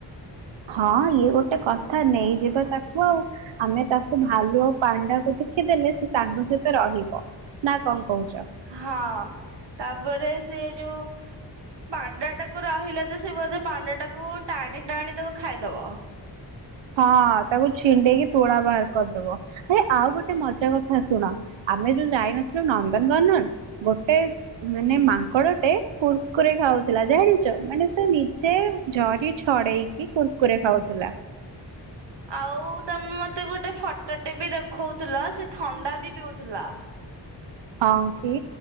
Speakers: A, on the right (about 85°); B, on the right (about 70°).
A: ହଁ ଇଏ ଗୋଟେ କଥା ନେଇଯିବା ତାକୁ ଆଉ ଆମେ ତାକୁ ଭାଲୁ ଆଉ ପାଣ୍ଡାକୁ ଦେଖିଦେଲେ ସେ ସାଙ୍ଗ ସହିତ ରହିବ ନା କଣ କହୁଛ?
B: ହଁ। ତାପରେ ସେ ଯୋଉ ପାଣ୍ଡା ଟାକୁ ରହିଲେ ତ ସେ ବୋଧେ ପାଣ୍ଡା ଟାକୁ ଟାଣି ଟାଣି ତାକୁ ଖାଇଦବ।
A: ହଁ ତାକୁ ଛିଣ୍ଡେଇକି ତୁଳା ବାହାର କରିଦବ ଏ ଆଉ ଗୋଟେ ମଜା କଥା ଶୁଣ ଆମେ ଯୋଉ ଯାଇନଥିଲୁ ନନ୍ଦନକାନନ ଗୋଟେ ମାନେ ମାଙ୍କଡଟେ କୁର୍କୁରେ ଖାଉଥିଲା ଜାଣିଛ ମାନେ ସେ ନିଜେ ଜରି ଛଡେଇକି କୁର୍କୁରେ ଖାଉଥିଲା।
B: ଆଉ ତମେ ମତେ ଗୋଟେ ଫଟୋଟେ ବି ଦେଖଉଥିଲ ସେ ଥଣ୍ଡା ବି ପିଉଥିଲା
A: ହଁ କି